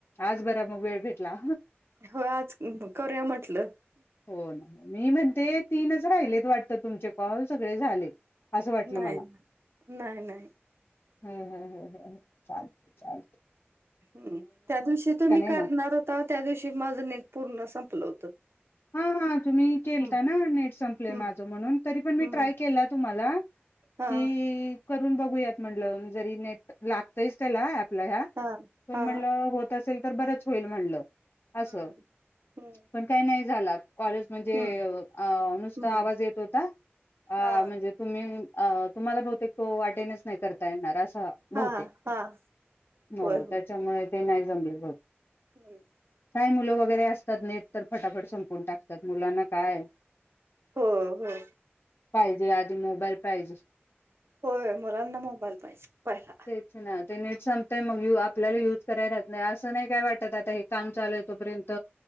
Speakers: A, on the left; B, on the right.
A: आज बरा मग वेळ भेटला.
B: होय आज करूया म्हटलं.
A: होय मी म्हणते तीनच राहिलेत वाटतं तुमचे कॉल सगळे झाले. असं
B: नाही
A: वाटलं मला.
B: नाही नाही नाही
A: हम्म हम् हम्म हम्म् चालतय चालतय.
B: हम्म त्या दिवशी तुमी करणार
A: मग
B: होता त्या दिवशी माझं नेट पूर्ण संपलं होतं.
A: हा हा तुम्ही केलता
B: हम्म
A: ना नेट संपलय
B: हम्म
A: माझं म्हणून तरी पण मी
B: हम्म
A: ट्राय केला तुम्हाला.
B: हा
A: की करून बघूयात म्हटल जरी नेट लागतयच त्याला. आपल्या ह्या
B: हा
A: पण
B: हा
A: म्हणलं होत असेल तर बरच होईल म्हनल. असं
B: हम्म हम्म
A: पण काही नाही झाला कॉलच म्हणजे
B: हम्म
A: नुसता
B: हम्म
A: आवाज येत होता.
B: हा
A: म्हणजे तुम्ही तुम्हाला बहुतेक तो वाटेनेच नाही करता येणार अस बहुतेक
B: हा हा
A: हो
B: होय होय
A: त्याच्यामुळे ते नाही जमले.
B: <unintelligible>
A: काय मुलं वगैरे असतात नेट तर फटाफट संपून टाकतात मुलांना काय.
B: हो हो
A: पाहिजे आधी मोबाईल पाहिजे.
B: होय मुलांना मोबाईल पाहिजे पाहिला.
A: तेच ना ते नेट संपतय मग आपल्याला युज कराय राहत नाही असं नाही काय वाटत आता हे काम चालू आहे तोपर्यंत